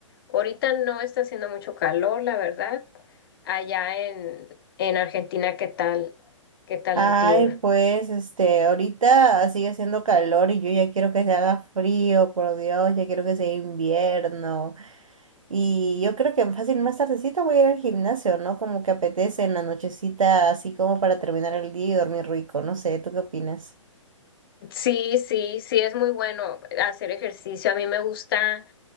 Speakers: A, on the left; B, on the right.
A: ahorita no está haciendo mucho calor, la verdad. Allá en, en Argentina, ¿qué tal? ¿Qué tal
B: Ay,
A: el clima?
B: pues, este, ahorita sigue haciendo calor y yo ya quiero que se haga frío, por Dios, ya quiero que sea invierno. Y yo creo que fácil más tardecita voy a ir al gimnasio, ¿no? Como que apetece en la nochecita, así como para terminar el día y dormir rico. No sé, ¿tú qué opinas?
A: Sí, sí, sí, es muy bueno hacer ejercicio. A mí me gusta.